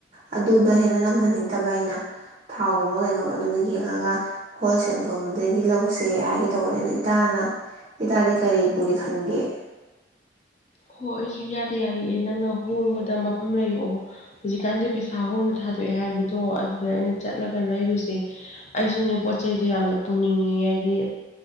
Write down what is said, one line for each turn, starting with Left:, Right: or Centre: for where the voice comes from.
Right: ꯑꯗꯨꯗ ꯍꯦꯟꯅ ꯅꯝꯍꯟꯅꯤꯡ ꯇꯕ ꯑꯩꯅ ꯊꯥꯎꯒꯨꯝꯕ ꯀꯩꯒꯨꯝꯕ ꯑꯗꯨꯝ ꯌꯦꯡꯉꯒ ꯍꯣꯜꯁꯦꯜꯒꯨꯝꯕꯗꯒꯤ ꯂꯧꯁꯦ ꯍꯥꯏꯒꯦ ꯇꯧꯕꯅꯦ ꯑ ꯏꯇꯥꯅ ꯏꯇꯥꯗꯤ ꯀꯔꯤ ꯄꯨꯒꯦ ꯈꯟꯒꯦ?
Left: ꯍꯣꯏ ꯑꯩꯁꯨ ꯏꯌꯥꯗ - ꯌꯥꯏꯌꯦ ꯅꯪꯅ ꯍꯣꯡꯕꯗ ꯃꯐꯝ ꯂꯩ ꯑꯣ ꯍꯨꯖꯤꯀꯥꯟꯗꯤ ꯄꯩꯁꯥ ꯍꯣꯡ ꯅꯥ ꯊꯥꯗ ꯑꯦ ꯍꯥꯏꯕꯗꯣ ꯑꯗꯨꯗ ꯑꯩꯅ ꯆꯠꯂꯒ ꯂꯩꯔꯨꯁꯦ꯫ ꯑꯩꯁꯤꯅꯦ ꯄꯣꯠ ꯆꯩꯩꯗꯤ ꯌꯥꯝꯅ ꯄꯨꯅꯤꯡꯉꯤ ꯍꯥꯏꯗꯤ